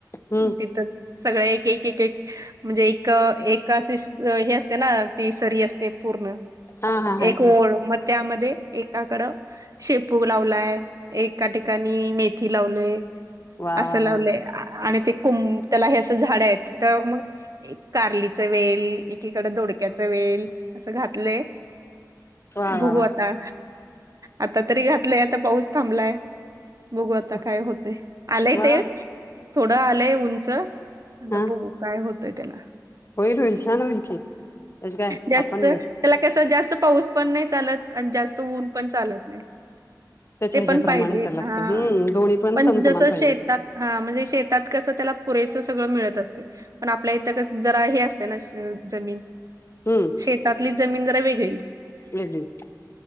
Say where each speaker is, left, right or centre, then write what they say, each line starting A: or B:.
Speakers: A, on the left (about 40°); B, on the right (about 50°).
A: हम्म
B: तिथंच सगळ एक एक एक एक म्हणजे एक एक. कशी हे असते ना ती सरी असते पूर्ण.
A: हा हा हाजी
B: एक ओळ मग त्यामध्ये एकाकडं. शेपू लावलाय एका ठिकाणी मेथी लावले
A: वा
B: असं
A: वा वा
B: लावले.
A: वा
B: आणि ते कुम त्याला हे असं झाड आहेत तर मग कारलीच वेल. एकीकडे दोडक्याचा वेल असं घातलं.
A: वा
B: बघू
A: वा
B: आता आता तरी घातलंय आता पाऊस थांबलाय. बघू आता
A: वा
B: काय होते आलंय
A: वा
B: ते थोड आलंय उंच. आता
A: हा
B: बघू काय होतंय त्याला.
A: होईल होईल छान होईल की. त्याची काय
B: जास्त
A: आपण वेळ
B: त्याला कस जास्त पाऊस पण नाही चालत, आणि जास्त ऊन पण चालत नाही.
A: त्याच्या
B: ते
A: ह्याच्याप्रमाणे
B: पण पाहिजे
A: करायला लागतं
B: हा,
A: हम्म दोन्ही
B: पण
A: समसमान
B: जस
A: पाहिजे
B: शेतात हा म्हणजे शेतात कसं त्याला पुरेसं सगळं मिळत असते. पण आपल्या इथं कच जरा हे असत ना जमीन
A: हम्म.
B: शेतातली जमीन जरा वेगळी
A: लली <unintelligible>